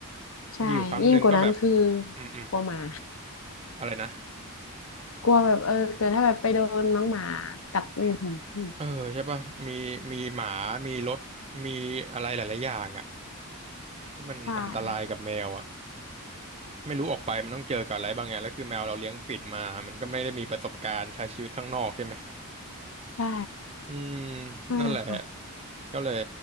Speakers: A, on the left (about 65°); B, on the right (about 30°).
A: ใช่ยิ่งกว่านั้นคือ
B: มีอยู่ครั้งหนึ่งก็แบบอืมอืม
A: กลัวหมา
B: อะไรนะ
A: กลัวแบบเออเกิดถ้าแบบไปโดนน้องหมากัดนี่อืม
B: เออใช่ป่ะมีมีหมามีรถมีอะไรหลายๆอย่างอ่ะ ที่มันอันตรายกับแมวอ่ะ
A: ใช่
B: ไม่รู้ออกไปมันต้องเจอกับอะไรบ้างไงแล้วคือแมวเราเลี้ยงปิดมามันก็ไม่ได้มีประสบการณ์ใช้ชีวิตข้างนอกใช่ไหม
A: ใช่
B: อืม
A: ใช่ค่ะ
B: นั่นแหละก็เลย